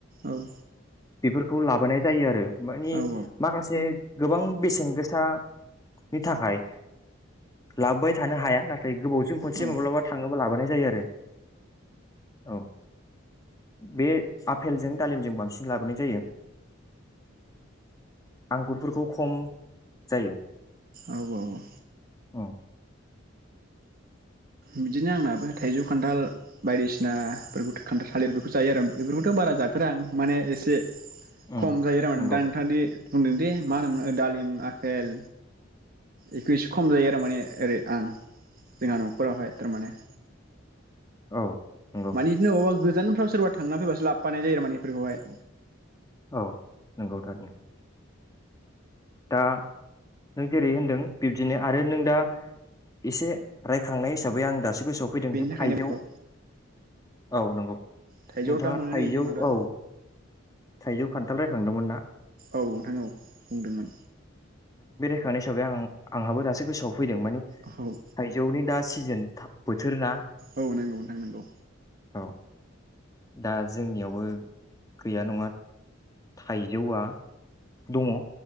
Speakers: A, on the right; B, on the left.
A: औ
B: बेफोरखौ लाबोनाय जायो आरो मानि
A: औ
B: माखासे गोबां बेसेन गोसानि थाखाय लाबोबाय थानो हाया नाथा थाय गोबावजों खनसे
A: औ
B: माब्लाबा थाङो ब्ला लाबोनाय जायो आरो औ बे आफपेलजों दालिमजों बांसिन लाबोनाय जायो आंगुरफोरखौ खम जायो।
A: औ औ
B: औ
A: बिदिनो आंनाबो थाइजौ खान्थाल बायदिसिनाफोरखौ खान्थाल थालिर बेफोरखौ जायो आरो बेफोरखौथ' बारा जाफेरा आं माने एसे
B: उम
A: खम जायो आरोमाने
B: नंगौ
A: दा नोंथाङादि बुंदों दे मा होनोम मोनो दालिम आफेल। एकुइसो खम जायो आरो माने ओरै आं जोंहा न'खरावहाय थारमाने।
B: औ नंगौ
A: मानिदिनो अबा गो गोजानफ्राव सोरबा थांना फैबासो लाबफानाय जायो आरो माने बेफोरखौहाय
B: औ नंगौथारनि दा नों जेरै होनदों बिब्दिनो आरो नों दा एसे रायखांनाय हिसाबै आं दास गोसोआव फैदों
A: बेनि
B: जे
A: थाखायनो
B: थाइजौ
A: बेखौ
B: औ नंगौ
A: थाइजौ
B: नोंथाङा
A: दा मोनो
B: थाइजौ
A: नै जोंनाव दा
B: औ थाइजौ खान्थाल रायखांदोंमोन ना
A: औ नोंथां औ बुंदोंमोन।
B: थनाय हिसै आं आंहाबो दासो गोसोआव फैदों माने
A: औ
B: थायजौनि दा सिजेन सिजोन थाब बोथोर ना
A: औ नंगौ नोंथां नंगौ
B: औ दा जोंनियावबो गैया नङा थाइजौआ दङ जों